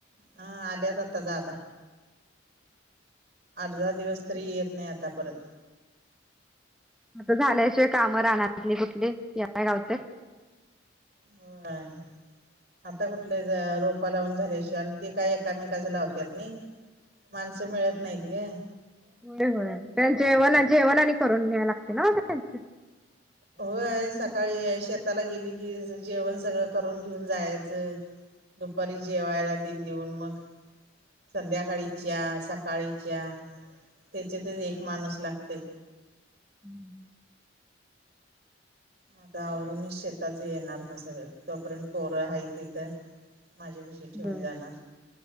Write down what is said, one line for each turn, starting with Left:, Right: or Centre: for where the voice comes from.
Right: हा आल्यात आता दादा. आठ दहा दिवस तरी येत नाही आता परत.
Centre: आता झाल्याशिवाय कामं रानातली कुठली, याय काय घावतय?
Right: होय. आता कुठले रोपा लावून झाल्याशिवाय आणि ते काही एकमेकाचे लावत्यात नाही. माणसं मिळत नाहीत गं.
Centre: होय होय, ते जेवण जेवण आणि करून घ्याय लागतंय नव्हं गं त्यांचं?
Right: होय सकाळी हाय शेताला गेली की यांचं जेवण सगळं करून घेऊन जायाचं, दुपारी जेवायला ते देऊन मग. संध्याकाळी च्या सकाळी च्या त्याच्यातेच एक माणूस लागतंय.
Centre: हम्म.
Right: म आता आवरूनच शेताचं येणार मग सगळं, तोपर्यंत पोरं हायत तिथं माझ्यापशी
Centre: ते.
Right: ठेऊन जाणार.